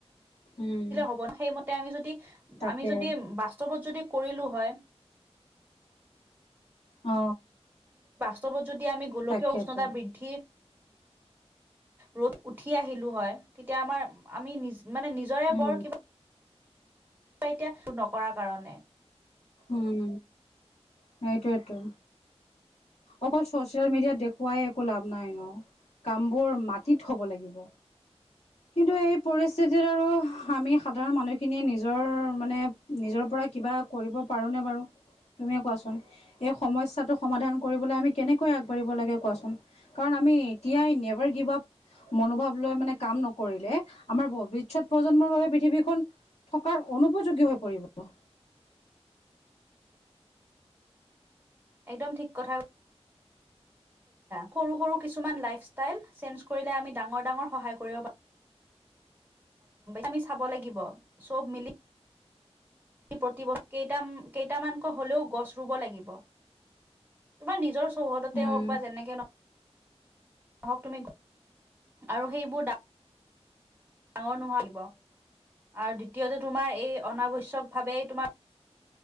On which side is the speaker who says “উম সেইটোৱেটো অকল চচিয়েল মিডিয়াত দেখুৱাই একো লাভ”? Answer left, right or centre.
Left